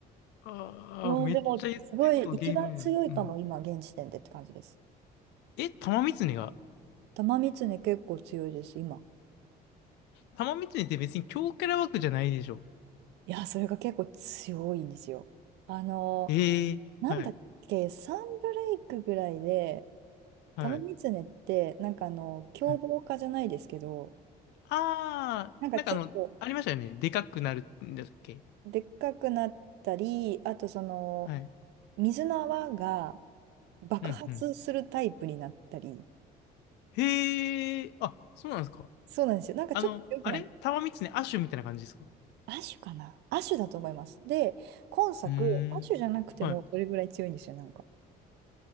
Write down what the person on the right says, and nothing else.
うん、
でも、すごい、一番強いかも、
今、現時点でって感じです。
玉三つね、結構強いです、今。
いや、それが結構強いんですよ。あの
なんだっけ、サンブレイクぐらいで、
玉三つねって、なんかあの、凶暴化じゃないですけど、
なんかちょっと、
でっかくなったり、あとその、
水の泡が爆発するタイプになったり、
そうなんですよ。なんかちょっと強くなっ
アシュかなアシュだと思います。で、今作、
アシュじゃなくてもそれぐらい強いんですよ、
なんか。